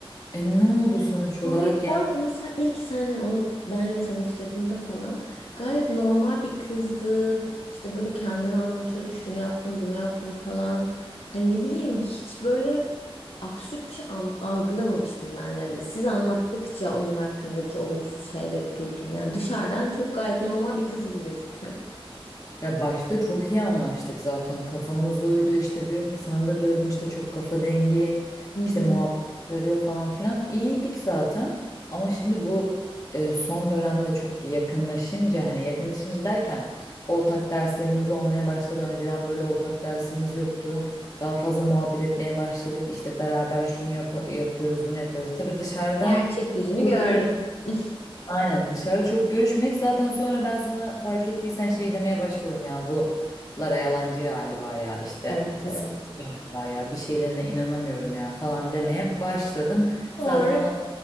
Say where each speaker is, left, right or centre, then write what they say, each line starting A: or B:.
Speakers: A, on the left (about 35°); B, on the left (about 80°).
A: E ne oldu sonuç olarak
B: Gayet
A: yani?
B: bu arada mesela ilk sen hani onu benle tanıştırdığında falan gayet normal bir kızdı. İşte böyle kendini anlatıyordu. Şunu yaptım, bunu yaptım falan. Hani ne bileyim hiç böyle absürt bir şey an- algılamamıştım benlere de. Siz anlattıkça onun hakkındaki olumsuz şeyleri duydum. Yani dışarıdan çok gayet normal bir kız gibi gözüküyor.
A: Ya başta çok iyi anlaştık zaten kafamız uydu işte diyorum ki sana da diyordum işte çok kafa dengi
B: Hı hı.
A: işte muhabbet sarıyor falan filan iyiydik zaten ama şimdi bu e, son dönemde çok yakınlaşınca hani yakınlaşınca derken ortak derslerimiz olmaya başladı önceden böyle ortak dersimiz yoktu daha fazla muhabbet etmeye başladık işte beraber şunu yap- yapıyoruz bunu yapıyoruz tabii dışarıda
B: Gerçek yüzünü
A: çok
B: gördüm.
A: görüş
B: <laughs>
A: Aynen dışarı çok görüşmek zaten sonra ben sana fark ettiysen şey demeye başladım ya bu Lara yalancı galiba ya işte
B: Evet evet.
A: sıkıyor galiba ya bir şeylerine inanamıyorum ya falan demeye başladım. Zaten
B: Sonra
A: olan